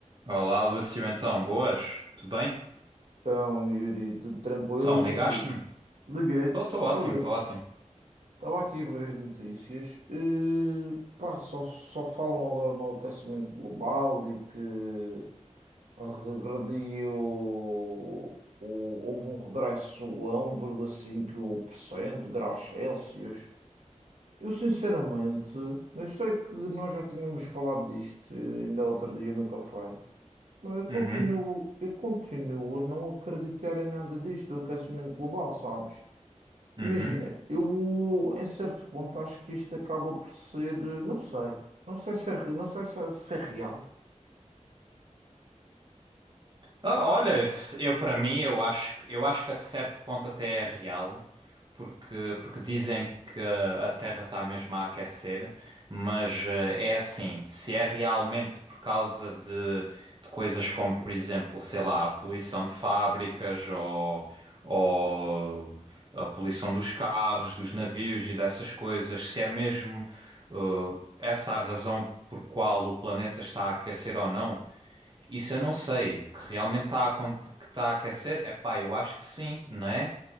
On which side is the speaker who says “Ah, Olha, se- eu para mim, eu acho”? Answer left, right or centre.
Right